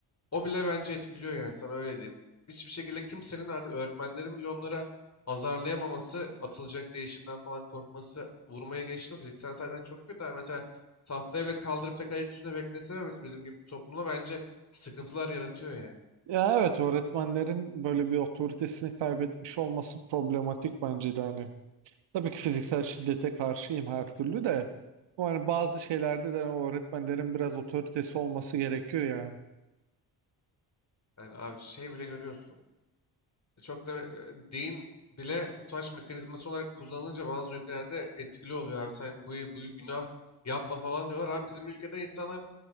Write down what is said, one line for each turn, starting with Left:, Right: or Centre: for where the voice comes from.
Left: O bile bence etkiliyor yani sana öyle diyeyim. Hiçbir şekilde kimsenin artık öğretmenlerin bile onlara azarlayamaması, atılacak değişimden falan korkması, vurmaya geçtim. Fiziksel sayıdan çok kötü. Yani mesela tahtaya bile kaldırıp tek ayak üstüne beklesememesi bizim gibi bir toplumda bence sıkıntılar yaratıyor yani.
Right: Ya evet öğretmenlerin böyle bir otoritesini kaybetmiş olması problematik bence de hani. Tabii ki fiziksel şiddete karşıyım her türlü de. Ama hani bazı şeylerde de öğretmenlerin biraz otoritesi olması gerekiyor yani.
Left: Yani abi şey bile görüyorsun. E, Çok da e, din bile utanç mekanizması olarak kullanılınca bazı ülkelerde etkili oluyor abi. Sen bu, bu günah yapma falan diyorlar. Abi bizim ülkede insanlar